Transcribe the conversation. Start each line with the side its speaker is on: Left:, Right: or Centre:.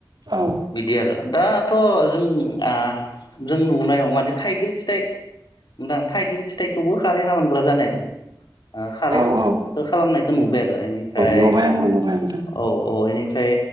Right: औ
Left: बिदि आरो दाथ' जों आ जों नुनायाव माने थाइगिर फिथाइ नोंथां थाइगिर फिथाइखौबो खारै खालामग्रा जानो ओ खारै
Right: औ औ
Left: खालामनाय नुबाय आरो बेनिफ्राय
Right: नुबाय आंबो नुबाय नोंथां
Left: औ औ एनिफ्राय